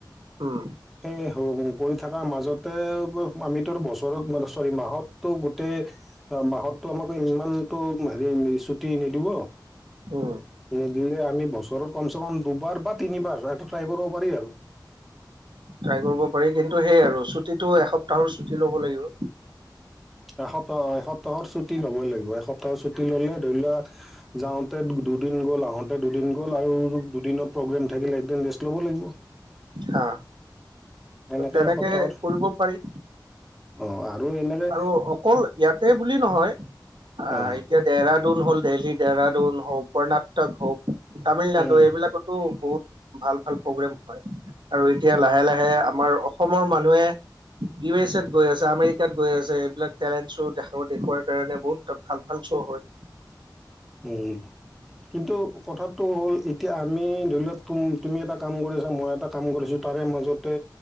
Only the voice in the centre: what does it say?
সেই কৰি থকা মাজতে আমিতো বছৰত চৰি মাহতো তেতে অ মাহতো আমাক ইমান টো হেৰি ছুটি নিদিব
নিদিলে আমি বছৰৰত কমচে কম দুবাৰ বা তিনিবাৰ এটা ট্ৰাই কৰিব পাৰি আৰু
এসপ্তাহ এসপ্তাহৰ ছুটি ল'বই লাগিব এসপ্তাহৰ ছুটি ললে ধৰি লোৱা যাওঁতে দুদিন গ'ল আহোতে দুদিন গ'ল আৰু দুদিনত প্ৰগ্ৰেম থাকিলে একদিন ৰেষ্ট ল'ব লাগিব
এনেকে
এসপ্তাহত
অ আৰু এনেৰে
অ
উম
উম কিন্তু কথাাতটো হ'ল এতিয়া আমি ধৰি লওক তুম তুমি এটা কাম কৰি আছা মই এটা কাম কৰিছোঁ তাৰে মাজতে,